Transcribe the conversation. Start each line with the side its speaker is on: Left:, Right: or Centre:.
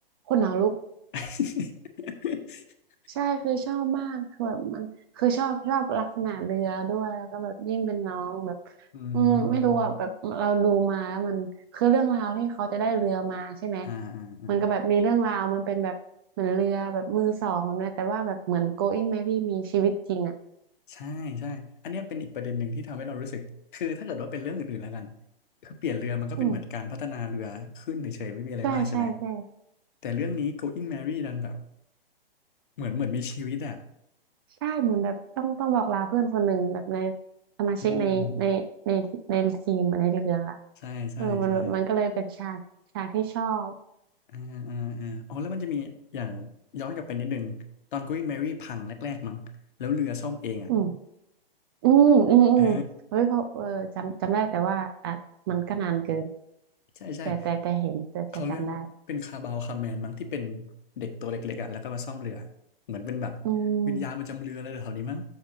Right: คนหนาวลุก
Left: <laughs>
Right: ใช่คือชอบมากคือแบบมันคือชอบชอบลักษณะเรือด้วยแล้วก็แบบยิ่งเป็นน้องแบบ
Left: อืมฮึอืมฮึ
Right: อืมไม่รู้อ่ะแบบเราดูมาแล้วมันคือเรื่องราวที่เขาจะได้เรือมาใช่ไหม
Left: อ่าอ่าอ่า
Right: มันก็แบบมีเรื่องราวมันเป็นแบบเหมือนเรือแบบมือสองนะแต่ว่าแบบเหมือน Going Merry มีชีวิตจริงอ่ะ
Left: ใช่ใช่อันเนี้ยเป็นอีกประเด็นหนึ่งที่ทำให้เรารู้สึก คือถ้าเกิดว่าเป็นเรื่องอื่นๆแล้วกันคือเปลี่ยนเรือมันก็เป็นเหมือนการพัฒนาเรือขึ้นเฉยๆไม่มีอะไรมากใช่ไหม
Right: อืมใช่ใช่ใช่
Left: แต่เรื่องนี้ Going Merry ดันแบบเหมือนเหมือนมีชีวิตอ่ะ
Right: ใช่เหมือนแบบต้องต้องบอกลาเพื่อนคนหนึ่งแบบในสมาชิกในในในในทีมอะในเรืออ่ะ
Left: อืมใช่ใช่ใช่
Right: เออมันแบบมันก็เลยเป็นฉากฉากที่ชอบ
Left: อ่าอ่าอ่าอ๋อแล้วมันจะมีอย่างย้อนกลับไปนิดนึงตอน Going Merry พังแรกๆมั้งแล้วเรือซ่อมเองอ่ะ
Right: อืม อืมอืมอืมเฮ้ยเพราะเออจำจำได้แต่ว่าอ่ะมันก็นานเกิน
Left: เออ ใช่ใช่
Right: แต่แต่แต่เห็นแต่แต่จำได้
Left: เขาเรียกว่าเป็นคาบาวคาแมนมั้งที่เป็นเด็กตัวเล็กๆอ่ะแล้วก็มาซ่อมเรือเหมือนเป็นแบบ
Right: อืม
Left: วิญญาณประจำเรืออะไรแถวนี้มั้ง